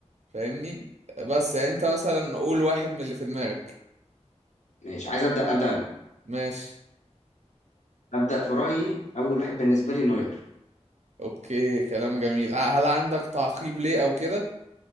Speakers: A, on the right; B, on the left.
A: فاهمني بس يعني انت مثلا قول واحد من اللي في دماغك
B: ماشي عايز ابدأ ابدأ انا
A: ماشي
B: ابدأ في رأيي اول واحد بالنسبة لي نوير
A: اوكي كلام جميل ع- هل عندك تعقيب ليه او كده